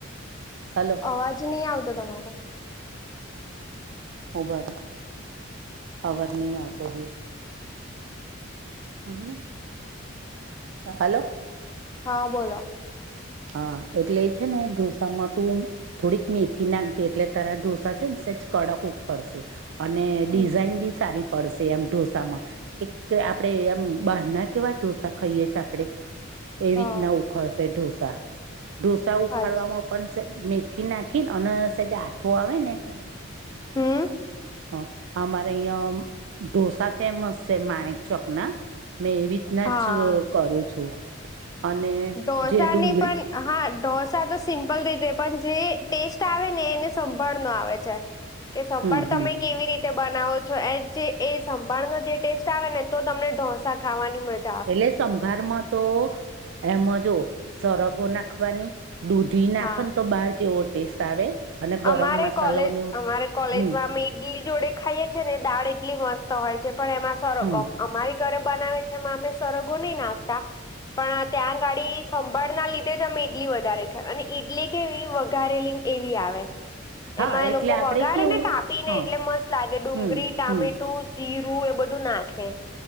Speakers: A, on the right; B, on the left.
A: હાલો!
B: અવાજ નહીં આવતો તમારો.
A: ઉભા રો. અવાજ ની આવતો હીં. હમ હ. હાલો!
B: હા, બોલો.
A: હા, એટલે એ છે ને ઢોસા માં તુ. થોડીક મેથી નાખજે, એટલે તારા ઢોસા છે ને સેજ કડક ઉખડશે. અને
B: હમ
A: ડિઝાઇન બી સારી પડશે એમ ઢોસામાં. એક, આપડે એમ, બહાર ના કેવા ઢોસા ખઈએ છે આપડે? એવી
B: હા
A: રીતના ઉખડશે ઢોસા. ઢોસા ઉખાડવામાં
B: અચ્છા
A: પણ સેજ, મેથી નાખીન અને સેજ આથો આવે ને. સીસીસ
B: હમ
A: સીસ. <inaudible> હ, અમારે ઐયા ઢોસા ફેમસ છે માણેક ચોકના મેં એવી. ના
B: હા
A: ચ <unintelligible> કરું છું અને
B: ઢોસાની
A: જે ડુંગરી.
B: પણ હા, ઢોસા તો સિમ્પલ રીતે પન જે. ટેસ્ટ આવે ને એને સંભાળ નો આવે છે, કે સંભાળ
A: હમ હમ
B: તમે કેવી રીતે. બનાવો છો એ જે એ સંભાળનો જે ટેસ્ટ આવે ને તો તમને ઢોસા ખાવાની મજા <unintelligible>
A: એટલે સંભારમાં તો એમ જો સરગવો નાખવાની દૂધ <unintelligible> ધી નાખો
B: હા
A: ન તો બાર જેવો ટેસ્ટ આવે અને ગરમ
B: અમારે
A: મસાલો
B: કોલેજ
A: ને
B: અમારે કોલેજમાં
A: હમ
B: અમે ઈડલી જોડે ખાઈએ છે, ને દાળ એટલી મસ્ત હોય છે, પણ એમાં સરગમ
A: હમ
B: અમારી ઘરે બનાવે છે, એમાં અમે સરગો નઈ નાખતા પણ ત્યાં આગાડી સંભાળના લીધે જ અમે ઈડલી વધારે ખાય અને ઈડલી કેવી વધઘારેલી એવી આવે
A: હા
B: એમાં
A: એટલે
B: એ લોકો
A: આપડે
B: વગારે
A: કેવું
B: ને કાપીને
A: હા
B: એટલે મ લાગે ડુંગરી,
A: હમ
B: ટામેટું,
A: હમ
B: જીરું, એ બધું નાખે